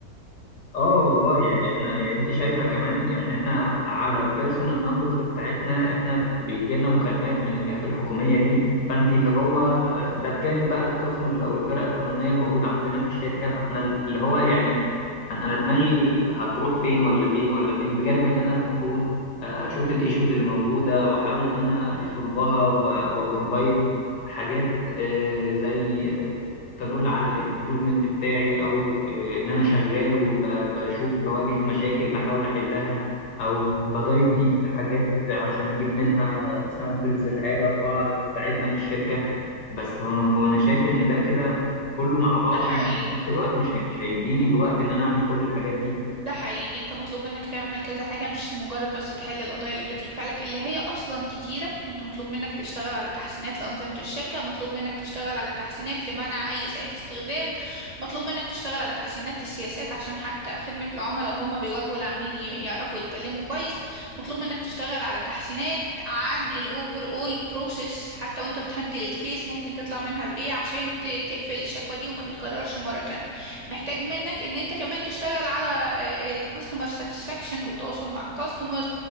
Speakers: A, on the left; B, on the right.
A: اه والله يعني احنا يعني انت شايفة كمان يعني احنا على البيرسونال نمبرز بتاعتنا احنا بيجي لنا مكالمات من الجهات الحكومية دي فانت اللي هو آه، ده بجانب بقى القسم ال- او الفرق القانونية الموجودة عندنا في الشركة فاحنا اللي هو يعني انا أنا دماغي هتروح فين ولا فين ولا فين بجانب ان انا المفروض آه، اشوف الايشوز اللي موجوده واحاول ان انا ريسولفها وبروفايد حاجات آه، زي آه، تدل على الامبروفمنت بتاعي او آه، ان انا شغال وبشوف بواجه مشاكل بحاول احلها او بدايف ديب في حاجات عشان اجيب منها سامبلز الحاجه اربعه تساعدنا في الشركه بس هو هو انا شايف ان ده كده كله مع بعضه
B: ده حقيقي
A: في نفس الوقت مش هي- مش هيديني الوقت ان انا اعمل كل الحاجات دي
B: ده حقيقي انت مطلوب منك تعمل كذا حاجة مش مجرد بس تحل القضايا اللي بتترفع لك اللي هي اصلا كتيرة انت مطلوب منك تشتغل على تحسينات لأنظمة الشركة مطلوب منك تشتغل على تحسينات لمنع اي إساءة استخدام مطلوب منك تشتغل على تحسينات السياسات عشان حتى خدمة العملاء وهم بيواجهوا العميل ي- يعرفوا يتكلموا كويس مطلوب منك تشتغل على تحسينات عن الاوفر اول بروسيس حتى وانت بتهندل الكيس ممكن تطلع منها بايه عشان ت- تقفل الشكوى دي وما تتكررش مرة تانية محتاج منك ان انت كمان تشتغل على الكاستمر ساتسفاكشن والتواصل مع الكاستمر